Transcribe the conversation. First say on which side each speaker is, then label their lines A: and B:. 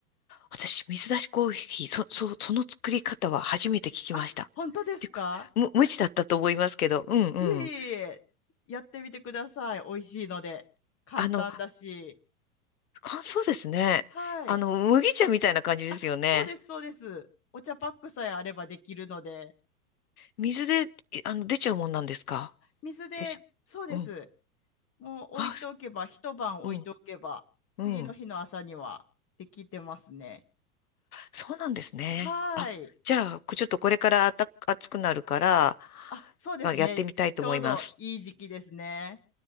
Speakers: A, on the left; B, on the left.
A: 私、水出しコーヒー、そ、そ、その作り方は初めて聞きました。
B: あ、
A: っ
B: 本当ですか
A: ていうか、む、無知だったと思いますけど、うんうん。
B: いえいえいえ、やってみてください。美味しいので。簡単だし。
A: あの、乾燥ですね。
B: はい。
A: あの、麦茶みたいな感じですよね。
B: あ、そうです、そうです。お茶パックさえあればできるので。
A: 水で、いあの、出ちゃうもんなんですか
B: 水で、
A: 出ちゃう。
B: そうです。
A: うん。
B: もう置いておけば、
A: あ、す
B: 一晩置いておけば、
A: うん、
B: 次の日の朝にはできてますね。
A: うん。そうなんですね。
B: はい。
A: あ、じゃあ、こちょっとこれからあた、暑くなるから、
B: あ、そうですね。
A: まあやってみたいと思います。
B: ちょうどいい時期ですね。